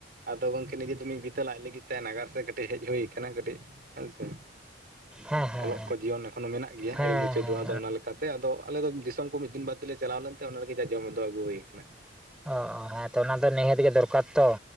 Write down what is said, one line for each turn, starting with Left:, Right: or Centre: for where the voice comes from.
Right: ᱟᱫᱚ ᱜᱚᱝᱠᱮ ᱱᱤᱡᱮ ᱫᱚ ᱢᱤᱫ ᱵᱤᱛᱟᱹ ᱞᱟᱡ ᱞᱟᱹᱜᱤᱫ ᱛᱮ ᱱᱟᱜᱟᱨ ᱥᱮᱫ ᱠᱟᱹᱴᱤᱡ ᱦᱮᱡ ᱦᱩᱭ ᱠᱟᱱᱟ ᱠᱟᱹᱴᱤᱡ ᱦᱮᱸᱥᱮ
Centre: ᱦᱮᱸ ᱦᱮᱸ
Right: ᱚᱞᱚᱜ ᱠᱚ ᱡᱤᱭᱚᱱ ᱮᱠᱷᱚᱱᱳ ᱢᱮᱱᱟᱜ ᱜᱮᱭᱟ
Centre: ᱦᱮᱸ ᱦᱮᱸ
Right: ᱟᱣᱨᱤ ᱢᱩᱪᱟᱹᱫᱚᱜ
Centre: ᱦᱮᱸ
Right: ᱟᱫᱚ ᱚᱱᱟ ᱞᱮᱠᱟᱛᱮ ᱟᱫᱚ ᱟᱞᱮ ᱫᱚ ᱫᱤᱥᱚᱢ ᱠᱚ ᱢᱤᱫ ᱫᱤᱱ ᱵᱟᱫᱽ ᱛᱮᱞᱮ ᱪᱟᱞᱟᱣ ᱞᱮᱱ ᱛᱟᱦᱮ ᱚᱱᱟ ᱞᱟᱹᱜᱤᱫ ᱜᱮ ᱡᱟ ᱡᱚᱢ ᱫᱚ ᱟᱹᱜᱩ ᱦᱩᱭ ᱟᱠᱟᱱᱟ
Centre: ᱚ ᱦᱮᱸ ᱛᱚ ᱚᱱᱟ ᱫᱚ ᱱᱤᱦᱟᱹᱛ ᱜᱮ ᱫᱚᱨᱠᱟᱨ ᱛᱚ